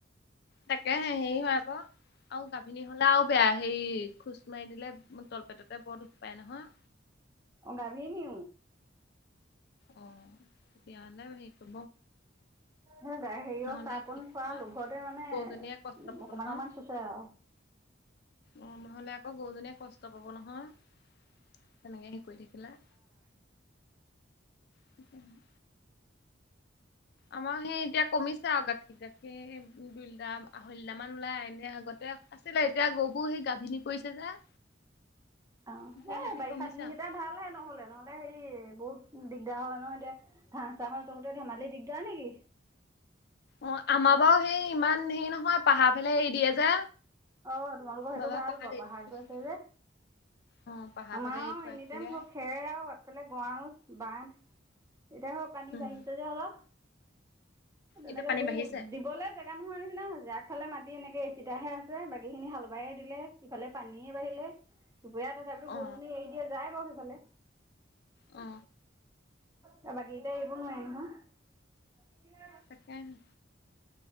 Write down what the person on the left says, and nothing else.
তাকে হে, হেৰি হয় আকৌ আৰু গাভিনী হ'লে আৰু বেয়া হেই খোজ মাৰি দিলে তলপেটতে বৰ দুখ পায় নহয়।
অ, তেতিয়া হ'লে সেই কৰি
নহ'লে
কি নহয়
গৰুজনীয়ে কষ্ট পাব
নহয়
অ, নহ'লে আকৌ গৰুজনীয়ে কষ্ট পাব নহয়। সেনেকে হেৰি কৰি থাকিলে সিকয় <inaudible> আমাৰ সেই এতিয়া কমিছে আৰু গাখীৰ গাখীৰ দুই লিটাৰ, আঢ়ৈ লিটাৰ মান ওলাই এনে আগতে আছিলে, এতিয়া গৰুবোৰ সেই গাভিনী পৰিছে যে
এতিয়া
গাখীৰ
কমিছে
আৰু
অ, আমাৰ বাৰু সেই ইমান হেৰি নহয় পাহাৰ ফালে এৰি দিয়ে যে
বাবা
পাহাৰ
এৰি
থৈ আহেগে
অ পাহাৰ
ফালে এৰি থৈ
আহেগে
উম
এতিয়া পানী
বাঢ়িছে
অ
অ
তাকেনো